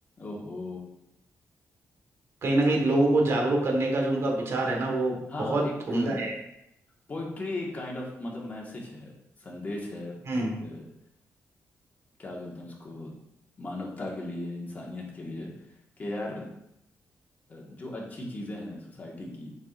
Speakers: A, on the left; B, on the right.
A: ओहो
B: कहीं ना कहीं लोगों को जागरूक करने का जो उनका विचार है ना वो
A: हाँ
B: बहुत
A: एक
B: उम्दा है
A: पोइट्री एक काइंड ऑफ मतलब मैसेज है संदेश है
B: हम्म
A: एक अ, क्या बोलते हैं उसको मानवता के लिए इंसानियत के लिए कि यार अ, जो अच्छी चीज़ें हैं सोसाइटी की